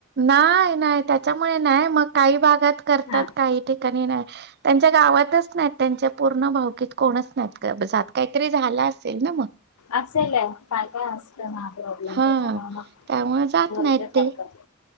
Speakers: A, on the right; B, on the left.
A: नाही नाही त्याच्यामुळे नाही मग काही भागात करतात
B: हा
A: काही ठिकाणी नाही त्यांच्या गावातच नाहीत त्यांच्या पूर्ण भावकीत कोणच नाहीत. काहीतरी झाला असेल ना मग
B: असेलय काय काय असतं ना प्रॉब्लेम
A: हा
B: त्याच्या
A: त्यामुळे जात
B: गरज
A: नाहीत
B: करतात.
A: ते